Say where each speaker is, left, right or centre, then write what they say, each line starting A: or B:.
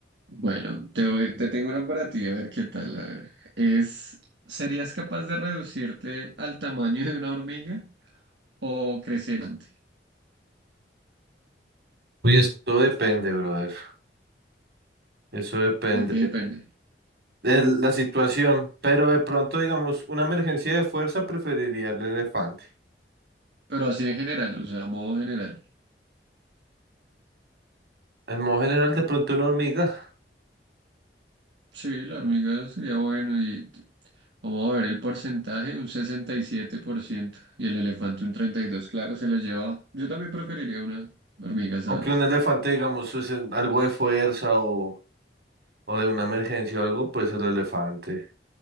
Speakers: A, on the right; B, on the right.
A: bueno, te voy- te tengo una para ti, a ver qué tal, a ver. Es, ¿serías capaz de reducirte al tamaño de una hormiga o crecer? gigante?
B: Uy, es- depende, brother. Eso depende.
A: ¿De qué depende?
B: el- la situación, pero de pronto, digamos, una emergencia de fuerza preferiría el elefante.
A: Pero así en general, o sea, a modo general.
B: En modo general, de pronto una hormiga,
A: Sí, la hormiga sería bueno y Vamos a ver el porcentaje, un 67%. Y siete por ciento y el elefante un 32%. Claro, se lo lleva. Yo también preferiría una hormiga, ¿sabes?
B: aunque un elefante, digamos, es en- algo de fuerza o, o de una emergencia o algo, pues el elefante.